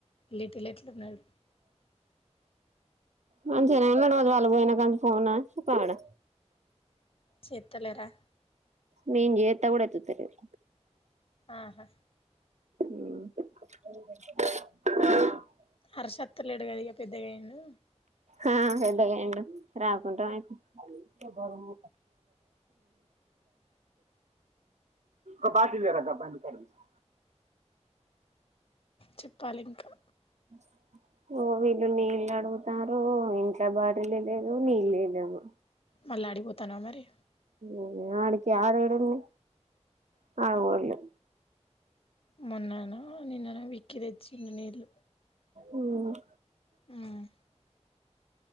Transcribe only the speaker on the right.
మంచిగనే ఉన్నడు మరి వాళ్ళు పోయిన కానించి ఫోనా పాడా
నేన్ జేత్తే గూడా ఎత్తులేర్
<inaudible>
ఆ పెద్దగైండు రాకుంటమాయ్ ఉమ్ ఒ బాటిల్ దేరా ఆ బండి కాడ దీసుకో
<inaudible> ఓ వీళ్ళు నీళ్ళు అడుగుతారు ఇంట్ల బాటిలే లేదు నీళ్ళే లేవు
ఉమ్ ఆడికి ఆడేడుంది మావోళ్ళు
ఉమ్